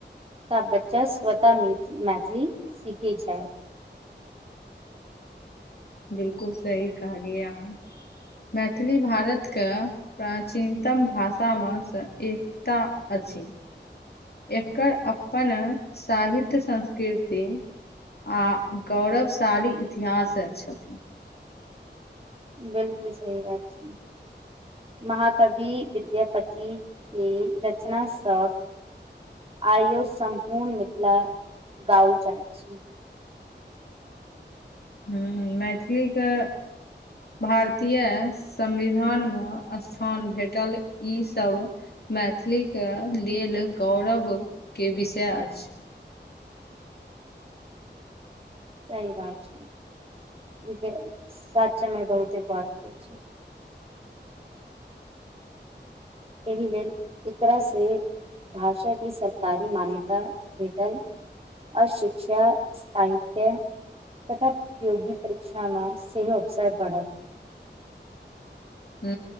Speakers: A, on the right; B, on the left.
A: तऽ बच्चा स्वतः मैथिली सीखै छैथ
B: बिलकुल सही कहलियै अहाँ मैथिली भारत क प्राचीनतम भाषा में स एकता अछी एकर अपन साहित्य संस्कीर्ति आ गौरवशाली इतिहास छथिन
A: बिलकुल सही बात छै महाकवि विद्यापति के रचना सब
B: <inaudible>
A: आइयो सम्पूर्ण मिथिला गाओल जाइत छै
B: हू मैथिली के भारतीय संविधान मे स्थान भेटल ईसभ मैथिली के लिय लेल गौरवके विषय अछ
A: सही बात छै <unintelligible> सचमय बहुते <unintelligible> छै एहि लेल एकरासे भाषाके सरकारी मान्यता भेटल अऽ शिक्षा साहित्य तथा प्रतियोगी परीक्षा में से हो अवसर बढ़त
B: ह